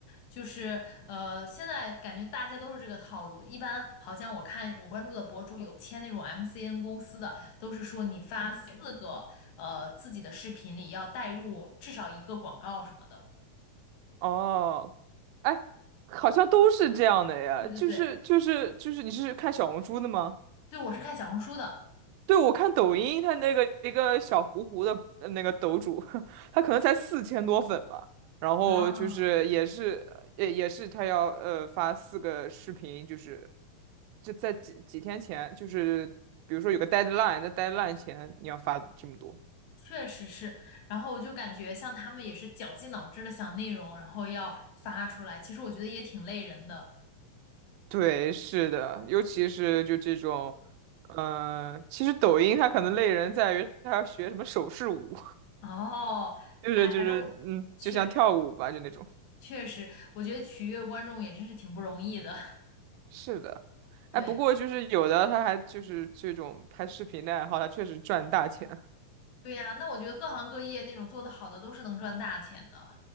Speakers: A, on the left; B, on the right.
A: 就是呃，现在感觉大家都是这个套路，一般好像我看我关注的博主有签那种 MCN 公司的，都是说你发四个呃自己的视频里要带入至少一个广告什么的。
B: 哦，哎，好像都是这样的呀，
A: 对对对，
B: 就是就是就是，你是看小红书的吗？
A: 对，我是看小红书的。
B: 对，我看抖音，他那个一个小糊糊的呃那个抖主，<laughs> 他可能才四千多粉吧，然后就是也是也也是他要呃发四个视频，
A: 啊，
B: 就是就在几几天前，就是比如说有个 deadline，在 deadline 前你要发这么多。
A: 确实是。然后我就感觉像他们也是绞尽脑汁的想内容，然后要发出来。其实我觉得也挺累人的。
B: 对，是的，尤其是就这种，嗯、其实抖音它可能累人在于它要学什么手势舞。
A: 哦，
B: 就是就是嗯，
A: 哎，反正我确
B: 就像跳舞吧，就那种。
A: 确实，我觉得取悦观众也真是挺不容易的。<laughs>
B: 是的，
A: 对
B: 哎，不过就是有的他还就是这种拍视频的爱好，他确实赚大钱。
A: 对呀，那我觉得各行各业那种做的好的都是能赚大钱的，